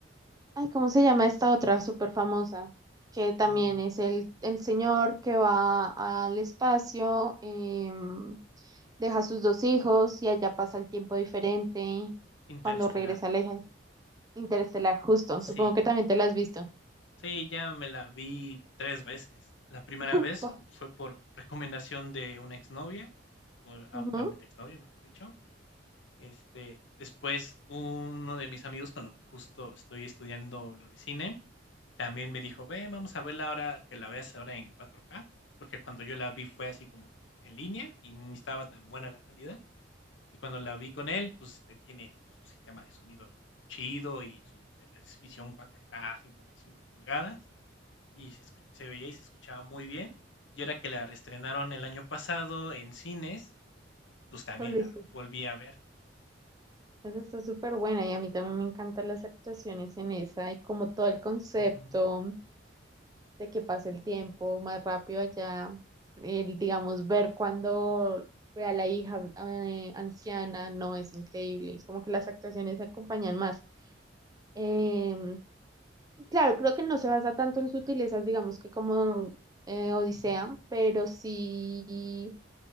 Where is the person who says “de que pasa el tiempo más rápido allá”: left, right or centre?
Right